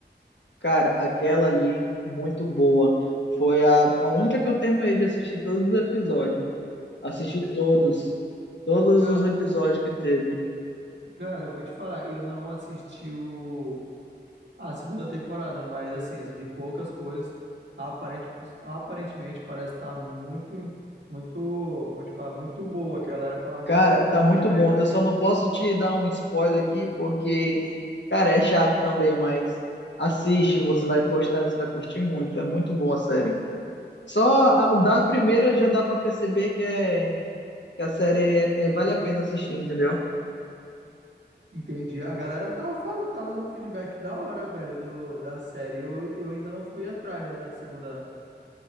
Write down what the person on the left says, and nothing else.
Cara, aquela ali, muito boa. Foi a, a única que eu terminei de assistir todos os episódios. Assisti
todos. Todos
os episódios que teve.
Cara,
tá
muito bom. Eu só não posso te dar um spoiler aqui, porque, cara, é chato também, mas assiste, você vai gostar, você vai curtir muito. É muito boa a série. Só a, da primeira já dá pra perceber que, é, que a série é- é- vale a pena assistir, entendeu?